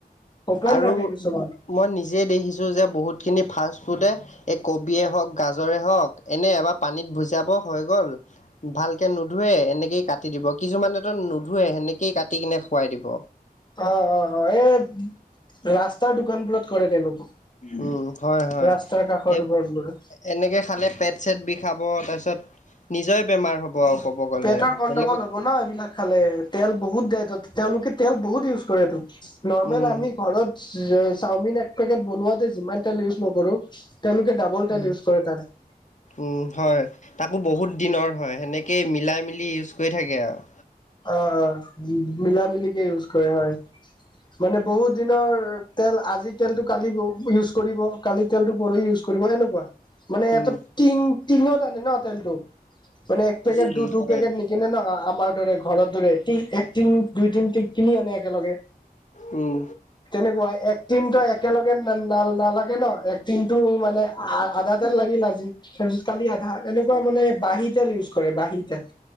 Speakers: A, on the left; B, on the left.
A: অপেন
B: আৰু
A: ৰাখি দিছ কিছুমান
B: মই নিজেই দেখিছোঁ যে বহুতখিনি ফাষ্ট ফুডে এই কবিয়ে হওক গাজৰে হওক, এনে এবাৰ পানীত ভুজাব হৈ গ'ল। ভালকে নুধোৱে এনেকেই কাটি দিব কিছুমানেতো নুধোৱে, সেনেকেই কাটি কিনে খুৱাই দিব।
A: অ' অ' অ', এই, ৰাস্তাৰ দোকান বোৰত কৰে তেনেকোৱা।
B: উম হয় হয়
A: ৰাস্তাৰ কাষৰ
B: এই
A: দোকানবোৰ।
B: এনেকে খালে পেট চেট বিষাব, তাৰপিছত নিজৰে বেমাৰ হ'ব আৰু। ক'ব গ'লে
A: পেটৰ গণ্ডগোল
B: বেলেগক
A: হ'ব ন এইবিলাক খালে তেল বহুত দে ত তেওঁলোকে তেল বহুত ইউজ কৰেটো, নৰ্মেল
B: উম
A: আমি ঘৰত চাওমিন এক পেকেট বনোৱাতে যিমান তেল ইউজ নকৰো, তেওঁলোকে ডাবল
B: উম
A: তেল ইউজ কৰে তাৰে।
B: উম হয়, তাকো বহুত দিনৰ হয় সেনেকেই মিলাই মিলি ইউজ কৰি থাকে আৰু।
A: অ' অ' মিলা মিলিকে ইউজ কৰে হয়। মানে বহুত দিনৰ তেল, আজি তেলতটো কালি ইউজ কৰিব। কালি তেলটো পৰষি ইউজ কৰিব এনেকুৱা। মানে
B: উম
A: এটো, টিং টিঙত আনে ন তেলটো, মানে এক পেকেট
B: উম
A: দু দুই
B: হয়
A: পেকেট নেকি। কেনে নহয় আমাৰ দৰে ঘৰৰ দৰে, তি এক টিন দুই তিন ট কিনি আনে একেলগে।
B: উম।
A: তেনেকুৱা এক টিনটো একেলগে নাল নালাগে ন এক টিন টো মানে আধা তেল লাগিল আজি, তাৰপিছত কালি আধা এনেকুৱা মানে বাঁহী তেল ইউজ কৰে বাঁহী তেল।